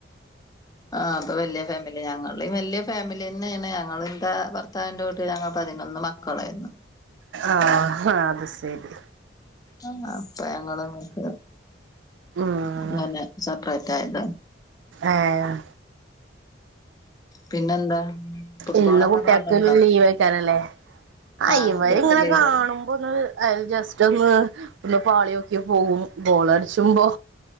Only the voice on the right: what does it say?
ആഹ് ആ അത് ശരി
ഉം
ഏഹ്
ഇന്ന് കുട്ടിയക്ക്
ലീവേയ്ക്കാരല്ലേ ആയിവരിങ്ങനെ
കാണുമ്പോന്നത് അ ജെസ്റ്റ് തൊന്ന് ഒന്ന് പാളിയോക്ക്യ പോവും ബോളടിച്ചുമ്പോ